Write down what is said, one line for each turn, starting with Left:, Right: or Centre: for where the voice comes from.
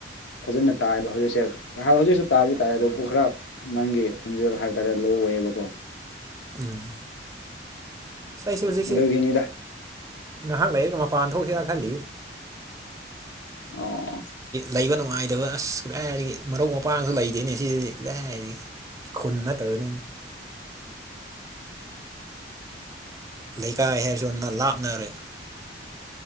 Left: ꯐꯖꯅ ꯇꯥꯏꯑꯦꯕ ꯍꯧꯖꯤꯛꯁꯦ ꯍꯧꯖꯤꯛꯁꯨ ꯇꯥꯕꯤ ꯇꯥꯏ ꯑꯗꯨꯄꯨ ꯈꯔ ꯅꯪꯒꯤ ꯈꯣꯟꯖꯦꯜ ꯍꯥꯏꯇꯥꯔꯦ ꯂꯣ ꯑꯣꯏꯌꯦꯕꯀꯣ꯫
Right: ꯎꯝ ꯑꯁ ꯑꯩꯁꯨ ꯍꯧꯖꯤꯛꯁꯤ
Left: ꯑꯗꯨꯒꯤꯅꯤꯗ
Right: ꯉꯥꯏꯍꯥꯛ ꯂꯩꯔꯒ ꯃꯄꯥꯟ ꯊꯣꯛꯁꯤꯔ ꯈꯜꯂꯤ꯫
Left: ꯑꯣ
Right: ꯂꯩꯕ ꯅꯨꯡꯉꯥꯏꯇꯕ ꯑꯁ ꯀꯥꯗꯥꯏꯗꯒꯤ ꯃꯔꯨꯞ ꯃꯄꯥꯡ ꯂꯩꯇꯦꯅꯦ ꯁꯤꯗꯗꯤ ꯀꯗꯥꯏꯗꯒꯤ ꯈꯨꯟ ꯅꯠꯇꯕꯅꯤ ꯂꯩꯀꯥꯏ ꯍꯥꯏꯔꯁꯨ ꯂꯥꯞꯅꯔꯦ